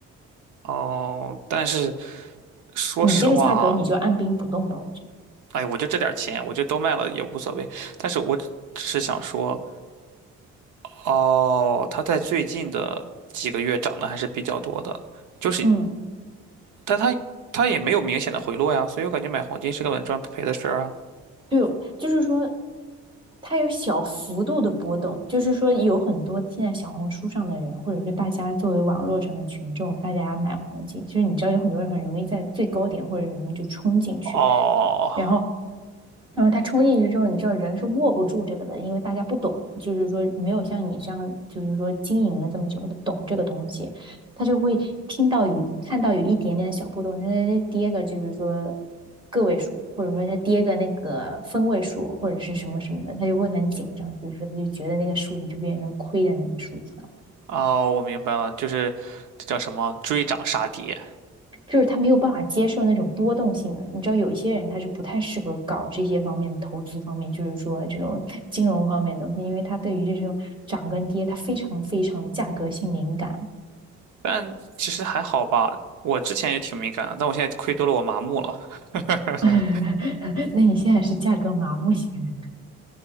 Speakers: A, on the right; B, on the right.
A: 哦，但是说实话啊，
B: 你这个价格你就按兵不动吧，我觉得。
A: 哎，我就这点儿钱，我就都卖了也无所谓。但是我只只是想说，哦，它在最近的几个月涨得还是比较多的，就是，
B: 嗯。
A: 但它它也没有明显的回落呀，所以我感觉买黄金是个稳赚不赔的事儿啊。
B: 对，就是说，它有小幅度的波动，就是说，有很多现在小红书上的人，或者是大家作为网络上的群众，大家买黄金，就是你知道有很多人很容易在最高点或者什么就冲进去，
A: 哦，
B: 好，然后然后他冲进去之后，你知道人是握不住这个的，因为大家不懂，就是说没有像你这样，就是说经营了这么久，他懂这个东西，他就会听到有看到有一点点的小波动，他他跌个就是说个位数，或者说他跌个那个分位数，或者是什么什么的，他就会很紧张，比如说他就觉得那个数字就变成亏的那个数字。
A: 哦，我明白了，就是这叫什么追涨杀跌，
B: 就是他没有办法接受那种波动性的。你知道，有一些人他是不太适合搞这些方面的投资方面，就是说这种 <laughs> 金融方面的东西，因为他对于这种涨跟跌，他非常非常的价格性敏感
A: 但其实还好吧。我之前也挺敏感的，但我现在亏多了，我麻木了。<laughs>
B: <laughs>。那你现在是价格麻木型